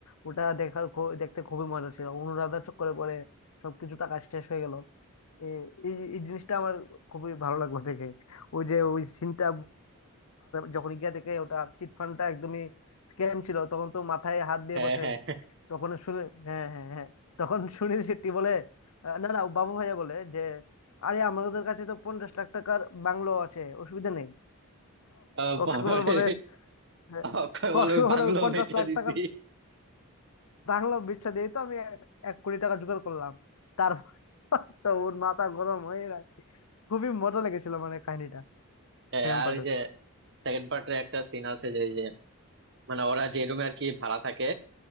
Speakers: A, on the left; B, on the right.
A: ওটা দেখার খু- দেখতে খুবই মজা ছিল অনুরাধার চক্করে পরে সবকিছু টাকা শেষ হয়ে গেল এই এই এই জিনিসটা আমার খুবই ভালো লাগলো দেখে ওই যে ওই সিনটা যখন গিয়ে দেখে ওটা চিট ফান্ডটা একদমই স্ক্যাম ছিল তখন তো মাথায় হাত দিয়ে
B: হ্যাঁ
A: বসে
B: হ্যাঁ
A: তখন শুনে হ্যাঁ হ্যাঁ হ্যাঁ তখন সুনীল শেট্টি বলে আহ, না না বাবু ভাইয়া বলে যে আরে আমাদের কাছে তো পঞ্চাশ লাখ টাকার বাংলো আছে অসুবিধা নেই
B: আহ,
A: অক্ষয়
B: পাহাড়ে
A: কুমার বলে হ্যাঁ,
B: অক্ষয়
A: কষ্ট
B: বলে "ওই
A: হলে
B: বাংলো
A: ওই পঞ্চাশ
B: বেচা
A: লাখ
B: দিছি
A: টাকা রাখলো বিচ্ছা দিয়ে তো আমি এক এক কোটি টাকা জোগাড় করলাম তারপর <laughs> তো ওর মাথা গরম হয়ে গেছে খুবই মজা লেগেছিল মানে কাহিনীটা
B: হ্যাঁ,
A: সেকেন্ড
B: আর
A: পার্টের
B: ওই যে সেকেন্ড পার্টের একটা সিন আছে যে ওই যে মানে ওরা যে রুমে আর কি ভাড়া থাকে